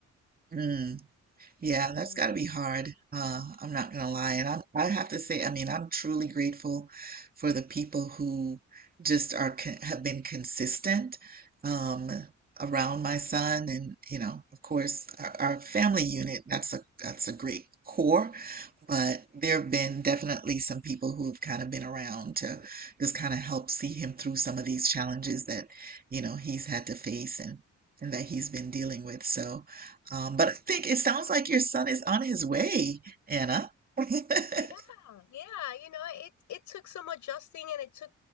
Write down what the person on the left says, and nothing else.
Mm.
Yeah, yeah, you know, it it took some adjusting and it took